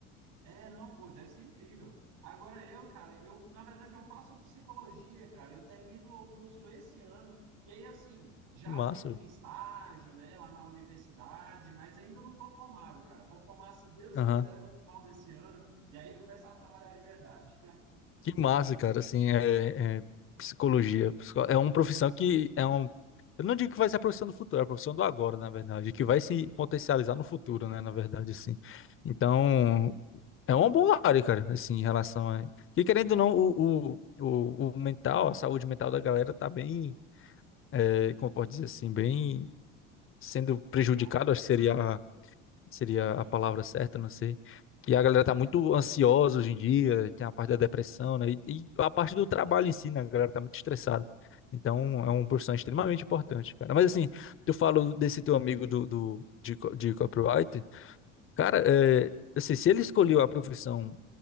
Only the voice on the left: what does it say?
Que massa,
velho.
Que massa, cara, assim, é, é psicologia. psico- É uma profissão que é um. Eu não digo que vai ser a profissão do futuro, é a profissão do agora, na verdade, que vai se potencializar no futuro, né, na verdade, assim. Então, é uma boa área, cara, assim, em relação a. E querendo ou não, o, o, o, o mental, a saúde mental da galera tá bem, é, como eu posso dizer assim, bem sendo
prejudicado,
acho que seria seria
a palavra
certa, não sei. E a galera
tá muito ansiosa hoje em dia, tem a parte da depressão, né? E, e a parte do trabalho em si, né? A galera tá muito estressada. Então, é uma profissão extremamente importante, cara. Mas assim, eu falo desse teu amigo do, do de, co- de copyright, cara, é, assim, se ele escolheu a profissão